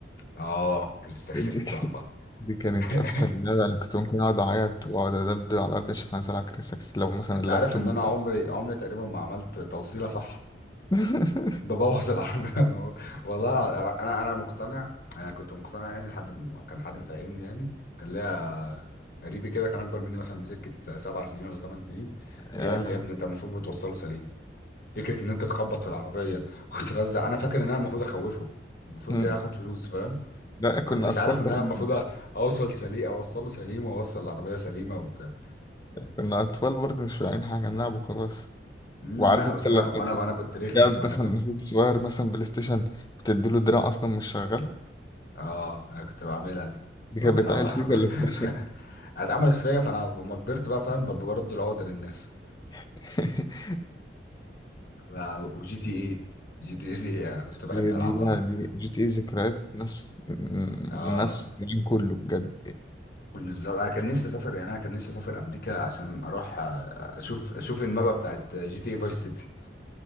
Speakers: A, on the left; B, on the left.
A: اه كريستاكسي
B: دي
A: كانت تحفه
B: دي كانت
A: <laughs>
B: اكتر لعبه انا كنت ممكن اقعد اعيط واقعد ادبدب على الارض عشان عايز العب كريزي تاكسي لو مثلا
A: انت
B: اللابتوب
A: عارف ان انا عمري عمري تقريبا ما عملت توصيله صح
B: <laughs>
A: ببوظ العربية <laughs> والله انا انا أنا مقتنع انا كنت مقتنع يعني لحد ما كان حد فاهمني يعني كان ليا قريبي كده كان اكبر مني مثلا بسكة سبع سنين ولا ثمان سنين
B: يا.
A: جه قال لي يا ابني انت المفروض بتوصله سليم فكرة ان انت تخبط في العربية <laughs> وترزع انا فاكر ان انا المفروض اخوفه المفروض
B: مم.
A: كده اخد فلوس فاهم
B: لا كنا
A: كنتش
B: أطفال
A: عارف
B: برضه
A: ان انا المفروض اوصل سليم اوصله سليم واوصل العربية سليمة وبتاع
B: كنا أطفال برضه مش فاهمين حاجة نلعب وخلاص
A: مم،
B: وعارف
A: لا
B: أنت
A: بس
B: لما
A: انا وانا وانا كنت رخم
B: تلعب
A: كمان
B: مثلا
A: انا كنت
B: أخوك صغير مثلا بلاي ستيشن وتديله دراع أصلا مش شغال
A: اه انا كنت بعملها دي
B: دي
A: بعملها
B: كانت بتعمل فيك ولا بتعمل
A: <laughs> اتعملت فيا فانا لما كبرت بقى فاهم ببقى برد العقدة للناس
B: <laughs>
A: لا وجي تي ايه جي تي ايه دي أنا كنت بحب
B: دي
A: العبها
B: دي بقى دي جي تي إيه ذكريات ناس
A: اه
B: ناس في العالم كله بجد
A: بالظبط انا كان نفسي اسافر يعني انا كان نفسي اسافر امريكا عشان اروح آه، اشوف اشوف المابا بتاعت جي تي اي فايس سيتي